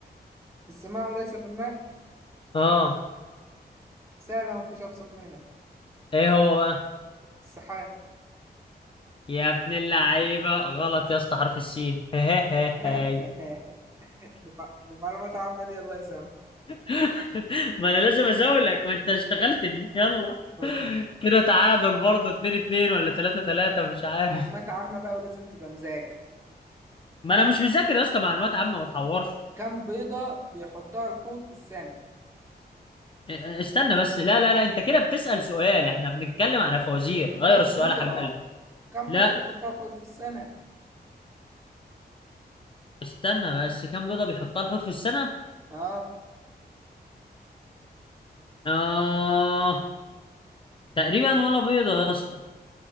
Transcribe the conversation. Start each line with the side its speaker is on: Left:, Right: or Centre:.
Right: في السماء وليس في الماء
Left: اه
Right: سهلة ومفيش أبسط منها
Left: ايه هو بقى
Right: السحاب
Left: يا ابن اللعيبه غلط يا اسطى حرف السين <laughs>
Right: <laughs>
Left: هاي
Right: دي مع- دي معلومات عامة دي الله يسامحك
Left: <laughs> ما انا لازم ازولك ما انت اشتغلتني يلا
Right: خد دي
Left: كده تعادل برضه 2 2 ولا 3 3 مش عارف
Right: معلومات عامة بقى ولازم تبقى مذاكر
Left: ما انا مش مذاكر يا اسطى معلومات عامه ما تحورش
Right: كم بيضة بيحطها الحوت في السنة؟
Left: استنى بس لا لا لا انت كده بتسأل سؤال احنا بنتكلم على فوازير
Right: دي
Left: غير
Right: فزورة
Left: السؤال يا حبيب قلبي
Right: كم
Left: لا
Right: بيضة بيحطها الحوت في السنة؟
Left: استنى بس كام بيضة بيحطها الحوت في السنة
Right: اه
Left: آه تقريبا ولا بيضة يا اسطى